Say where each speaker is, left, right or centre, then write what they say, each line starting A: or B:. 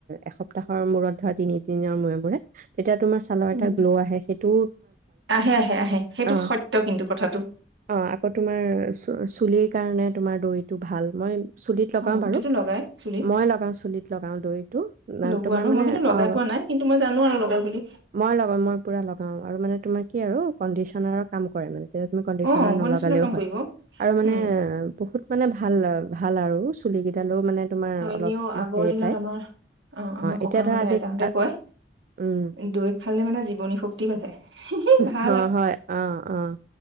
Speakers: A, on the right; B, on the right.
A: এসপ্তাহৰ মূৰত ধৰা তিনিদিনৰ মূৰে মূৰে তেতিয়া তোমাৰ চালৰ
B: উম,
A: এটা 'গ্লো আহে। তো
B: আহে আহে আহে। সেইটো
A: অ
B: সত্য কিন্তু কথাটো।
A: অ আকৌ তোমাৰ চুলিৰ কাৰণে তোমাৰ দৈটো ভাল মই চুলিত লগাওঁ
B: অ', বহুতেতো
A: বাৰু
B: লগাই চুলিত
A: মই লগাওঁ চুলিত লগাওঁ দৈটো অ
B: লগোৱা
A: তোমাৰ
B: ন'
A: মানে
B: মই কিন্তু লগাই
A: অ
B: পোৱা নাই কিন্তু মই জানো আৰু লগাই বুলি।
A: মই লগাওঁ মই পুৰা লগাওঁ আৰু মানে তোমাক কি আৰু কণ্ডিচনাৰৰ কাম কৰে মানে? তুমি কণ্ডিচনাৰ
B: অ',
A: নলগালেও
B: কাম
A: হয়।
B: কৰিব
A: আৰু মানে
B: উম,
A: বহুত মানে ভাল ভাল আৰু চুলি কেইদালও মানে তোমাৰ
B: অ' এনেও
A: অলপ
B: আগৰ
A: হেৰি
B: দিনত
A: পায়।
B: আমাৰ অ' আমাৰ
A: এতিয়া
B: ককাহঁতে
A: ধৰা আজি
B: আইতাহঁতে
A: আ
B: কয়।
A: উম,
B: দৈ খালে মানে জীৱনী শক্তি বা়ঢ়ে হিঃহি ভা
A: অ' হয় অ' অ'